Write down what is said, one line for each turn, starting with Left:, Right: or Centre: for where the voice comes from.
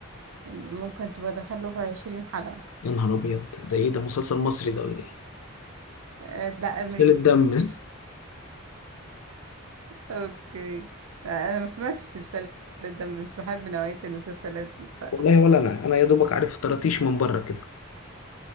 Right: يعني ممكن تبقى دخله في عشرين حلقة
Left: يا نهار ابيض ده ايه ده مسلسل مصري ده ولا ايه
Right: آه لا أمريكي
Left: قلة الدم <laughs>
Right: اوكي آه أنا ما سمعتش سلسلة ده مش بحب نوعية المسلسلات دي بصراحة
Left: والله ولا انا انا يا دوبك عارف طراطيش من بره كده